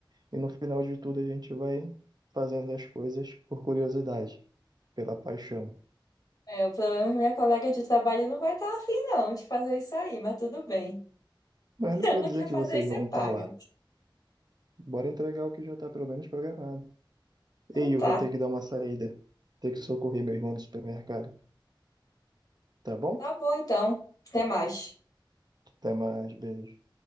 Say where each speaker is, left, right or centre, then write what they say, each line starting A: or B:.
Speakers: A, on the right (about 55°); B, on the left (about 50°).
A: e no final de tudo a gente vai fazendo as coisas por curiosidade, pela paixão.
B: É, o problema é que minha colega de trabalho não vai estar afim, não, de fazer isso aí, mas tudo bem.
A: Mas
B: <laughs>
A: não
B: Ela
A: quer dizer
B: quer fazer
A: que vocês
B: e você
A: vão estar
B: paga.
A: lá. Bora entregar o que já está pelo menos programado.
B: Então
A: Ei,
B: tá.
A: eu vou ter que dar uma saída, ter que socorrer meu irmão no supermercado, tá bom?
B: Tá bom, então. Até mais.
A: Até mais, beijo.